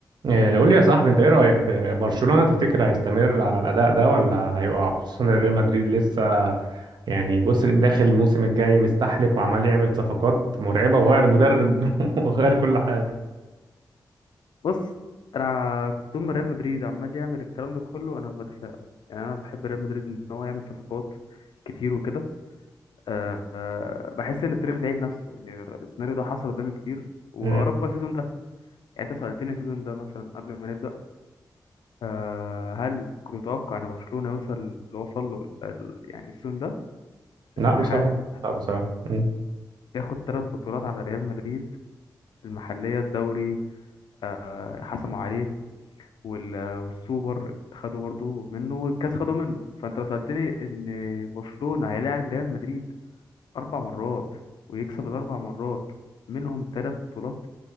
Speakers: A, on the right; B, on the left.
A: إيه، قول لي يا صاحبي انت ايه رأيك إيه، برشلونة تفتكر هيستمر على الأداء ده ولا هيقع خصوصا ان ريال مدريد لسه يعني بص داخل الموسم الجاي مستحلف وعمال يعمل صفقات مرعبة وغير مدرب <laughs> وغير كل حاجة
B: بص انا كنت طول ما ريال مدريد عمال يعمل الكلام ده كله انا بتفائل يعني انا بحب ريال مدريد ان هو يعمل صفقات كتير وكده أه آه، بحس ان التاريخ بيعيد نفسه يعني السيناريو ده حصل قدامي كتير واوروبا
A: مم.
B: السيزون ده يعني انت سألتني السيزون ده مثلا قبل ما نبدأ أه هل كنت متوقع ان برشلونة يوصل اللي وصل له ال- يعني السيزون ده
A: لا
B: استحالة
A: بصراحة لا بصراحة مم.
B: ياخد ثلاث بطولات على ريال مدريد المحلية الدوري أه حسموا عليه وال- والسوبر خدوا برضو منه والكاس خدوا منه فانت لو سألتني ان برشلونة هيلاعب ريال مدريد اربع مرات ويكسب الاربع مرات منهم ثلاث بطولات